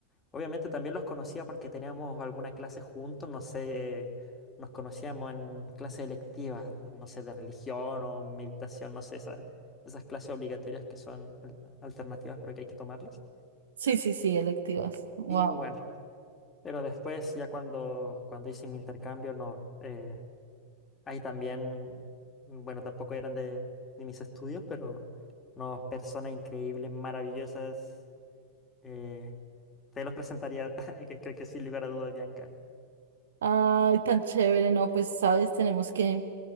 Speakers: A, on the left; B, on the right.
A: Obviamente también los conocía porque teníamos alguna clase juntos, no sé, nos conocíamos en clases electivas, no sé, de religión o meditación, no sé, esa- esas clases obligatorias que son al- alternativas, pero que hay que tomarlas.
B: Sí, sí, sí, electivas. Wow.
A: Y bueno. Pero después, ya cuando, cuando hice mi intercambio, no. eh, Ahí también, bueno, tampoco eran de, de mis estudios, pero no, personas increíbles, maravillosas. eh, te los presentaría, <laughs> que creo que sin lugar a dudas, Bianca.
B: Ay, tan chévere, no, pues sabes, tenemos que,